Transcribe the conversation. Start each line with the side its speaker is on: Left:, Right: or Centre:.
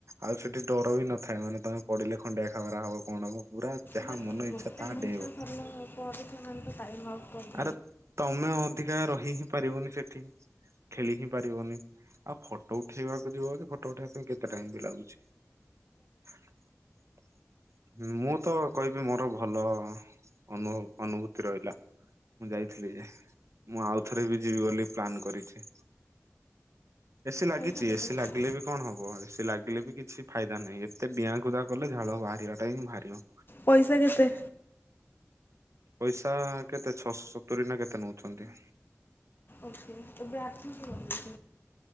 Right: ଆଉ ସେଠି ଡ଼ର ବି ନଥାଏ ମାନେ ତମେ ପଡ଼ିଲେ ଖଣ୍ଡିଆ ଖାବେରା ହବ କଣ ହବ ପୁରା ଯାହା
Left: ବଟ୍
Right: ମନ
Left: ଗୋଟେ
Right: ଇଚ୍ଛା ତାହା
Left: ଘଣ୍ଟା
Right: ଡ଼େଇଁବ।
Left: ସରିଲା ପରେ ସେମାନଙ୍କ ଟାଇମ୍ ଆଉଟ କରି
Right: ଆରେ ତମେ ଅଧିକା ରହି ହିଁ ପାରିବନି ସେଠି। ଖେଳି ହିଁ ପାରିବନି ଆଉ ଫଟୋ ଉଠେଇବାକୁ ଯିବ ଯଦି ଫଟୋ ଉଠେଇବା ପାଇଁ କେତେ ଟାଇମ୍ ବି ଲାଗୁଛି? <inaudible> ମୁଁ ତ କହିବି ମୋର ଭଲ ଅନୁଭ ଅନୁଭୂତି ରହିଲା। ମୁଁ ଯାଇଥିଲି ଯେ ମୁଁ ଆଉଥରେ ବି ଯିବି ବୋଲି ପ୍ଲାନ୍ କରିଛି। ଏସିି ଲାଗିଛି
Left: ପଇସା କେତେ
Right: ଏସିି ଲାଗିଲେ ବି କଣ ହବ ଏସିି ଲାଗିଲେ ବି କିଛି ଫାଇଦା ନାହିଁ ଏତେ ଡିଆଁ କୁଦା କଲେ ଝାଳ ବାହାରିବା ଟା ହିଁ ବାହାରିବ।
Left: ପଇସା କେତେ?
Right: ପଇସା କେତେ ଛଅଶ ସତୁରି ନା କେତେ ନଉଛନ୍ତି।
Left: ଓକେ ଏବେ <unintelligible>